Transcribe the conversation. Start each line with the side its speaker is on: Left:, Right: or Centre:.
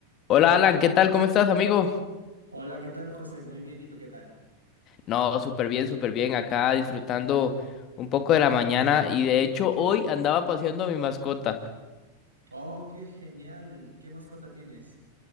Left: Hola Alan, ¿qué tal? ¿Cómo estás, amigo?
Right: Hola, ¿qué tal, José? Muy bien, ¿y tú qué tal?
Left: No, súper bien, súper bien. Acá disfrutando un poco de la mañana y de hecho hoy andaba paseando a mi mascota.
Right: Oh, qué genial. ¿Qué mascota tienes?